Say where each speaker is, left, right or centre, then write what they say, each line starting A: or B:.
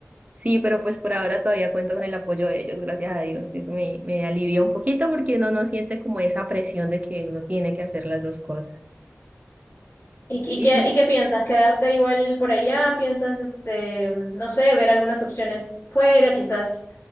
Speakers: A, on the right; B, on the left.
A: Sí, pero pues por ahora todavía cuento con el apoyo de ellos, gracias a Dios. Eso me, me alivia un poquito porque uno no siente como esa presión de que uno tiene que hacer las dos cosas.
B: ¿Y, y
A: Y
B: qué,
A: sí,
B: y qué piensas? ¿Quedarte igual por allá? ¿Piensas, este, no sé, ver algunas opciones fuera? Quizás